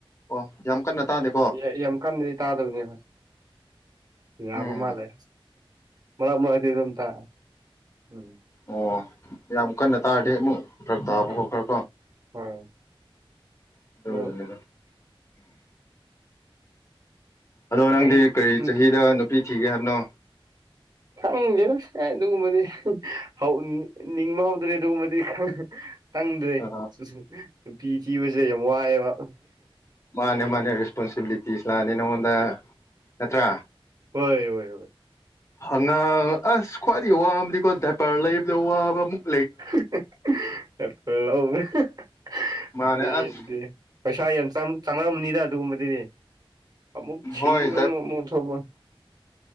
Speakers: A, on the left; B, on the right.
A: ꯑꯣ ꯌꯥꯝ ꯀꯟꯅ ꯇꯥꯗꯦ
B: ꯌ ꯌꯥꯝ ꯀꯟꯅꯗꯤ ꯇꯥꯗꯕꯅꯦꯕ ꯌꯥꯕ
A: ꯎꯝ
B: ꯃꯥꯜꯂꯦ꯫ ꯃꯔꯥꯛ ꯃꯔꯥꯛꯇꯤ ꯑꯗꯨꯝ ꯇꯥ ꯎꯝ
A: ꯑꯣ ꯌꯥꯝ ꯀꯟꯅ ꯇꯥꯔꯗꯤ ꯑꯃꯨꯛ ꯐꯔꯛ ꯇꯥꯕꯀꯣ
B: ꯎꯝ
A: ꯈꯔꯀꯣ
B: ꯍꯣꯏ
A: <unintelligible>
B: ꯑꯗꯨ
A: ꯑꯗꯣ ꯅꯪꯗꯤ
B: ꯒꯥꯔꯤ
A: ꯀꯔꯤ
B: ꯎꯝ
A: ꯆꯍꯤꯗ ꯅꯨꯄꯤ ꯊꯤꯒꯦ ꯍꯥꯏꯕꯅꯣ
B: ꯈꯪꯗꯦꯗ ꯀ ꯑꯗꯨꯒꯨꯝꯕꯗꯤ ꯍꯧꯅꯤ ꯅꯤꯡꯕ ꯍꯧꯗ꯭ꯔꯦ ꯑꯗꯨꯒꯨꯝꯕꯗꯤ <unintelligible> ꯈꯪꯗ꯭ꯔꯦ
A: ꯑ
B: ꯅꯨꯄꯤ ꯊꯤꯕꯖꯦ ꯌꯥꯝ ꯋꯥꯏꯌꯦꯕ
A: ꯃꯥꯅꯦ ꯃꯥꯅꯦ ꯔꯦꯁꯄꯣꯟꯁꯤꯕꯤꯂꯤꯇꯤꯁ ꯂꯥꯛꯑꯅꯤ ꯅꯪꯉꯣꯟꯗ ꯅꯠꯇ꯭ꯔꯥ꯫
B: ꯍꯣꯏ ꯋꯣꯏ ꯋꯣꯏ
A: ꯑꯉꯥꯡ ꯑꯥꯁ ꯈ꯭ꯋꯥꯏꯗꯒꯤ ꯋꯥꯕꯗꯤꯀꯣ ꯗꯥꯏꯄꯥꯔ ꯂꯩꯕꯗ ꯋꯥꯕ ꯃꯨꯛ
B: <unintelligible>
A: ꯃꯥꯅꯦ ꯑꯁ
B: ꯄꯩꯁꯥꯟ ꯌꯥꯝ ꯆꯪ ꯆꯪꯉꯕꯅꯤꯅ ꯑꯗꯨꯒꯨꯝꯕꯗꯨꯗꯤ ꯑꯃꯃꯨꯛ ꯁꯤꯡꯃꯅ
A: ꯍꯣꯏ
B: ꯑꯃꯨꯛ ꯊꯕ